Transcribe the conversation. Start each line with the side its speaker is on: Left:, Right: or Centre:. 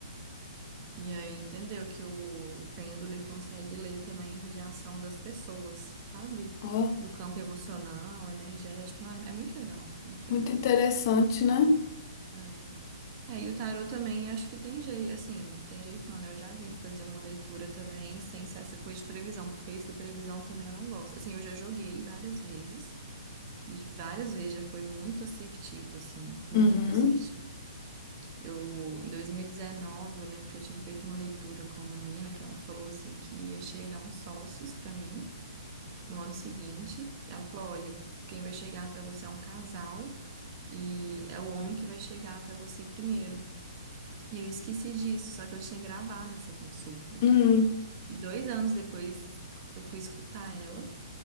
Right: E aí entendeu que o, o pêndulo ele consegue ler também a radiação das pessoas, sabe?
Left: Ó,
Right: Do campo emocional, energético. Não, é, é muito legal, muito legal.
Left: muito interessante, né?
Right: É. É, e o tarô também acho que tem jeito, assim, tem jeito não, né? Eu já vi fazer uma leitura também sem ser essa coisa de previsão, porque isso da previsão também eu não gosto. Assim, eu já joguei várias vezes e várias vezes já foi muito assertivo, assim, muito
Left: Uhum.
Right: assertivo. Eu, em 2019, eu lembro que eu tinha feito uma leitura com uma menina que ela falou assim que ia chegar uns sócios para mim no ano seguinte. Ela falou: "Olha, quem vai chegar até você é um casal e é o homem que vai chegar até você primeiro". E eu esqueci disso, só que eu tinha gravado essa consulta.
Left: Hum,
Right: E dois anos depois eu fui escutar ela.